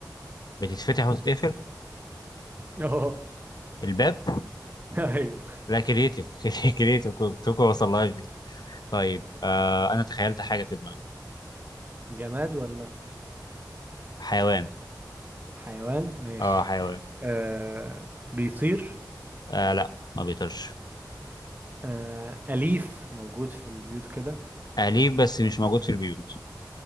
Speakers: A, on the left; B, on the right.
A: بتتفتح وتتقفل
B: اه
A: الباب
B: <laughs> ايوه
A: لا كرييتيف <laughs> كرييتيف كنت ما وصلهاش دي طيب آه أنا تخيلت حاجة في دماغي
B: جماد ولا
A: حيوان
B: حيوان ماشي
A: اه حيوان
B: آه بيطير
A: آه لا ما بيطيرش
B: آه، أليف موجود في البيوت وكده
A: أليف بس مش موجود في البيوت